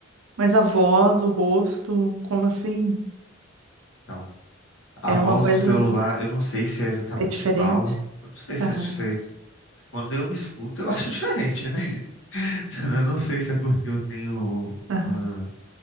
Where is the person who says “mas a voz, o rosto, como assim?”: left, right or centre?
Right